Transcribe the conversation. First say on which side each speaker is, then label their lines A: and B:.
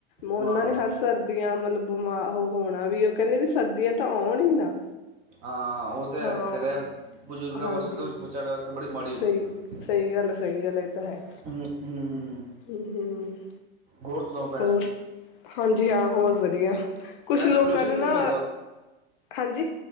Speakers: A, on the left; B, on the right.
A: ਉਹਨਾਂ
B: ਹਾਂ
A: ਨੇ ਹਰ ਸਰਦੀਆਂ ਮਤਲਬ ਬਿਮਾਰ ਉਹ ਹੋਣਾ ਵੀ ਉਹ ਕਹਿੰਦੇ ਵੀ ਸਰਦੀਆਂ ਤਾਂ ਆਉਣ ਹੀ ਨਾ।
B: ਹਾਂ, ਉਹ ਤਾਂ ਹੈ
A: ਹਾਂ
B: ਅਗੇ ਕਦੇ ਬਜ਼ੁਰਗਾਂ
A: ਹਾਂਜੀ
B: ਵਾਸਤੇ ਤਾਂ ਵਿਚਾਰਿਆਂ ਵਾਸਤੇ ਬੜੀ ਮਾੜੀ
A: ਸਹੀ
B: ਹੁੰਦੀ ਸਰ
A: ਸਹੀ ਗੱਲ, ਸਹੀ ਗੱਲ ਇਹ ਤਾਂ ਹੈ।
B: ਹੁੰ, ਹੁੰ।
A: ਹਮ-ਹਮ <unintelligible>
B: ਹੌਰ ਸੁਨਾਓ?
A: ਹੋਰ, ਹਾਂਜੀ ਹਾਂ, ਹੋਰ ਵਧੀਆ ਕੁਛ
B: ਭੈਣ
A: ਲੋਕਾਂ
B: ਪੋਲਿਊਸ਼ਨ
A: ਨੇ ਨਾ
B: ਕਿਵੇਂ
A: ਹਾਂਜੀ।